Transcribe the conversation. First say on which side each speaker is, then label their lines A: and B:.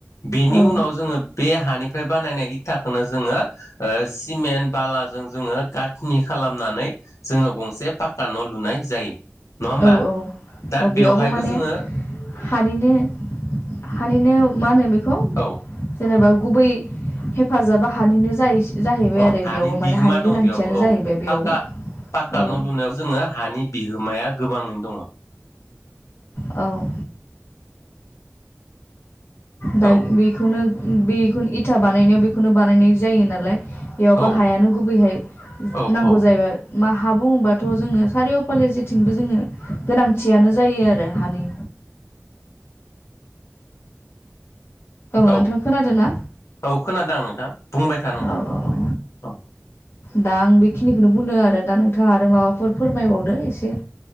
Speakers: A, on the left; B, on the left.
A: बेनि
B: औ
A: उनाव जोङो बे हानिफ्राय बानायनाय इथाखोनो जोङो ओ सिमेन्ट बालाजों जोङो गाथनि खालामनानै जोङो गंसे पाक्का न' लुनाय जायो। नङा होमबा
B: औ औ
A: दा
B: औ बेयावबो
A: बेवहायबो
B: माने
A: जोङो
B: हानिनो-हानिनो मा होनो बेखौ खौ
A: औ
B: जेनेबा गुबै हेफाजाबा हानिनो जायो जाहैबाय
A: अ
B: आरो
A: हानि
B: बेयावबो माने
A: बिहोमा
B: हानि
A: दं
B: गोनांथियानो
A: बेयावबो औ
B: जाहैबाय बेयावबो
A: पाक्का पाक्का
B: औ
A: न' लुनायाव जोङो हानि बिहोमाया गोबाङैनो दङ'
B: औ दा
A: औ
B: बेखौनो बेखौन इथा बानायनायाव बेखौनो बानायनाय जायो नालाय बेयावबो
A: औ
B: हायानो गुबैहाय
A: औ
B: नांगौ
A: औ
B: जायोबाय मा हा बुङोबाथ' जोङो सारिय' फाले जेथिंबो जोंनो गोनांथियानो जायो आरो हानि
A: औ
B: नोंथां खोनादों ना
A: औ खोनादों आं नोंथां बुंबाय था नोंथां
B: औ औ औ
A: औ
B: दा आं बेखिनिखौनो बुंदों आरो दा नोंथाङा आरो माबाफोर फोरमायबावदो एसे